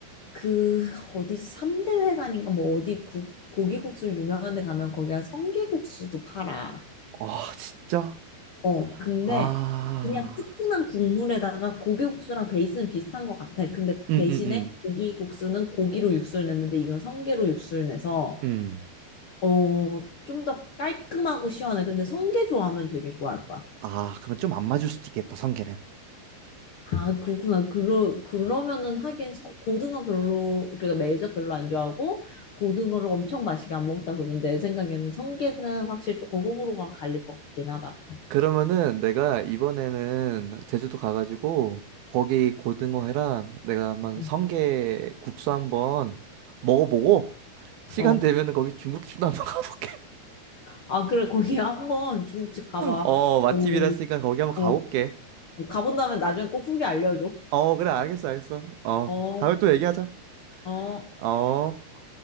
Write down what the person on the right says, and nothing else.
아, 진짜?
아.
음,
음, 음.
응.
아, 그러면 좀 안 맞을 수도 있겠다, 성게는.
그러면은 내가 이번에는 제주도 가가지고 거기 고등어회랑 내가 한번
성게 국수 한번 먹어보고 시간
되면은 거기 중국집도 한번 <laughs> 가볼게.
어, 맛집이라
했으니까 거기 한번
가볼게.
어, 그래, 알겠어, 알겠어. 어,
다음에 또 얘기하자.
어.